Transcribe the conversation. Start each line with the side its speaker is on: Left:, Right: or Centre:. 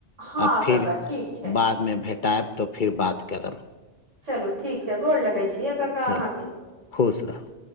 Right: हँ
Left: आ फिर
Right: काका ठीक छै
Left: बात मे भेटाएब तऽ फेर बात करब
Right: चलू ठीक छै गोरलगे छीए ककाअहाके
Left: चल खुश रहू